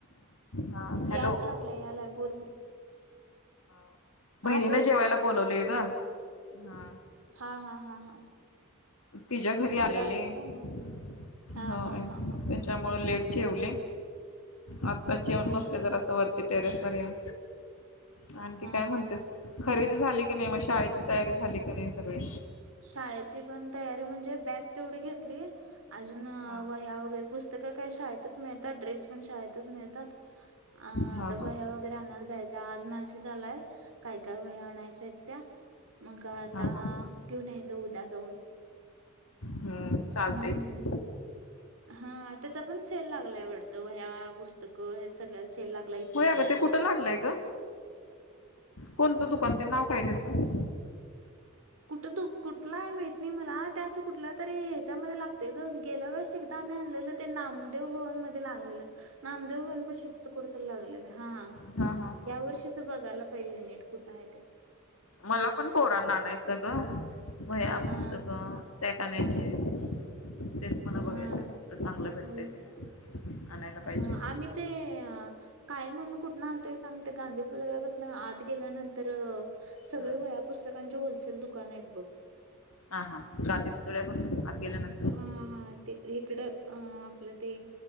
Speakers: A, on the left; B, on the right.
A: हा हॅलो
B: यायला लागलाय, यायला लागलाय बोल बोल.
A: <inaudible> बहिणीनं
B: हा बोल
A: जेवायला
B: की
A: बोलवलय गं. हा
B: हा हा हा हा.
A: तिच्या घरी
B: तिकडं
A: आलेले
B: आलीस
A: हो
B: होय मग. हा
A: होय.
B: हा हा हा
A: त्याच्यामुळे लेट जेवले.
B: हा
A: आत्ताच जेवून
B: हा हा
A: बसले
B: हा
A: जरासं वर टेरेस वर येऊन. आणखी
B: हा
A: काय म्हणतेस?
B: हा हा
A: खरेदी झाली की नाही? मग शाळेची तयारी झाली की नाही सगळी?
B: शाळेची पण तयारी म्हणजे बॅग तेवढी घेतली. अजून
A: हा
B: वह्या वगैरे पुस्तकं काही शाळेतच मिळतात. ड्रेस पण शाळेतच मिळतात. अ
A: हा
B: आता
A: हा
B: वह्या वगैरे आणायला जायचंय. आज मॅसेज आलाय काय काय वह्या आणायच्या आहेत त्या. मग आता
A: हा हा
B: घेऊन यायचं उद्या जाऊन ऊन
A: हम्म, चालतय
B: हम्म
A: की.
B: हा. त्याचा पण सेल लागलाय वाटतंय वह्या पु इथं हे सगळं सेल लागलाय इचलकरंजीत.
A: होय अगं ते कुठं लागलंय गं? कोणतं दुकान ते? नाव काय त्याचं?
B: कुठ दु, कुठला आहे माहित नाही मला. ते असं कुठल्या तरी ह्याच्यामध्ये लागतंय ग गेल्या वेळेस आता आम्ही आणलेलं ते नामदेव भवन मध्ये लाग लागलेलं. नामदेव भवन पाशी होतं. तिथं कुठंतरी लागलेलं. हा
A: हा हा हा
B: या वर्षीच
A: हा
B: बघायला पाहिजे, नीट कुठं आहे ते.
A: मला पण पोरांना आणायचं ग. वह्या
B: हा
A: पुस्तक सॅक आणायचे. तेच मला
B: हा
A: बघायचं, कुठं चांगलं भेटतंय
B: होय.
A: ते. आणायला पाहिजे
B: हा आम्ही ते कायम आम्ही कुठनं आणतोय सांग, ते गांधीपुतळ्यापासून आत गेल्यानंतर तर सगळे
A: हा
B: वह्या पुस्तकांचे होलसेल दुकान आहेत बघ.
A: हा हा. गांधी पुतळ्यापासून आत गेल्यानंतर
B: हा हा ते इकडं, आपलं ते